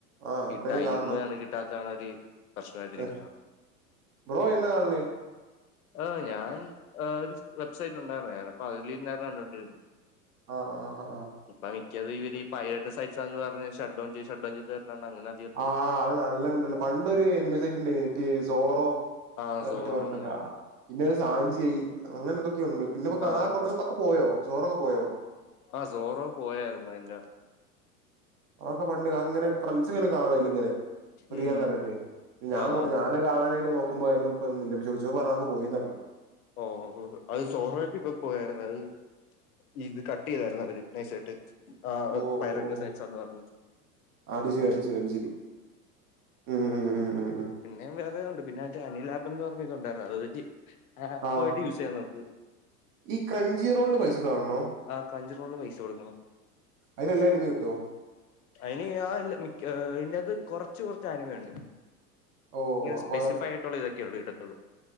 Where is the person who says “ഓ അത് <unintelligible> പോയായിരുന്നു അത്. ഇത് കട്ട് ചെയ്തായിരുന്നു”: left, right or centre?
Left